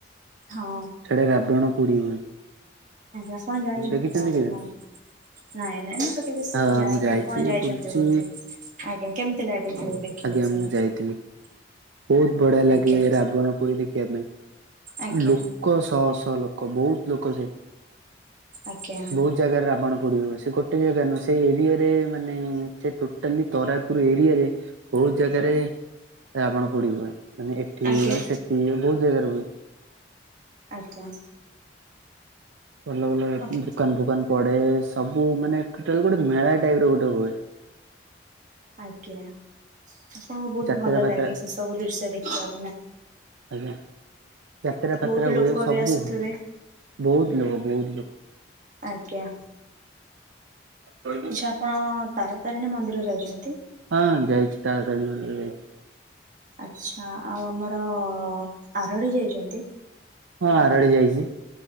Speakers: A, on the right; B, on the right.
A: ହଁ
B: ସିଆଡେ ରାବଣ ପୋଡ଼ି ହୁଏ।
A: ଆପଣ ଯାଇଛନ୍ତି
B: ଦେଖିଛନ୍ତି
A: ତାହେଲେ
B: କେବେ?
A: ନାଇଁ। ନାଇଁ ନାଇଁ ମୁଁ ତ କେବେ ସିଆଡେ
B: ହଁ
A: ଯାଇନି
B: ମୁଁ ଯାଇଛି
A: ଆପଣ ଯାଇଛନ୍ତି
B: ବୁଲିଛି
A: ବୋଧେ? ଆଜ୍ଞା କେମତି ଲାଗେ ସେ ଦେଖିଲେ
B: ଆଜ୍ଞା
A: ସେ।
B: ମୁଁ ଯାଇଥିଲି। ବହୁତ ବଢିଆ ଲାଗେ
A: ଆଜ୍ଞା
B: ରାବଣ ପୋଡି ଦେଖିବା ପାଇଁ।
A: ଆଜ୍ଞା
B: ଲୋକ ଶହ ଶହ ଲୋକ ବହୁତ ଲୋକ ସେଠି।
A: ଆଜ୍ଞା
B: ବହୁତ ଜାଗାରେ ରାବଣ। ପୋଡ଼ି ହୁଏ ସେ ଗୋଟେ ଜାଗା ନୁହେଁ ସେ ଏରିଆରେ ମାନେ ସେ ଟୋଟାଲି ତରାପୁର ଏରିଆରେ ବହୁତ ଜାଗାରେ ରାବଣ ପୋଡ଼ି ହୁଏ। ମାନେ ଏଠି ବି
A: ଆଜ୍ଞା
B: ହୁଏ ସେଠି ବି ହୁଏ ବହୁତ ଜାଗାରେ ହୁଏ।
A: ଆଜ୍ଞା।
B: ଭଲ ଭଲ
A: ଆଜ୍ଞା
B: ଦୁକାନ ଫୁକାନ ପଡେ। ସବୁ ମାନେ ଟୋଟାଲ ଗୋଟେ ମେଳା ଟାଇପ ର ଗୋଟେ ହୁଏ।
A: ଆଜ୍ଞା। ଆପଣଙ୍କୁ ବହୁତ
B: ଯାତ୍ରା
A: ଭଲ
B: ଫାତ୍ରା
A: ଲାଗେ ସେ ସବୁ ଦୃଶ୍ୟ ଦେଖିବାକୁ ନା?
B: ଆଜ୍ଞା ଯାତ୍ରା ପାତ୍ରା
A: ବହୁତ ଲୋକ
B: ହୁଏ ସବୁ
A: ବି ଆସୁଥିବେ।
B: ହୁଏ ବହୁତ ଲୋକ ବହୁତ ଲୋକ।
A: ଆଜ୍ଞା।
B: ହୁଁ।
A: ଆଛା ଆପଣ ତାରାତାରିଣୀ ମନ୍ଦିର ଯାଇଛନ୍ତି?
B: ହଁ ଯାଇଛି ତାରାତାରିଣୀ ମନ୍ଦିର ଯାଇଚି।
A: ଆଛା ଆଉ ଆମର ଆରଡି ଯାଇଚନ୍ତି?
B: ହଁ ଆରଡି ଯାଇଚି।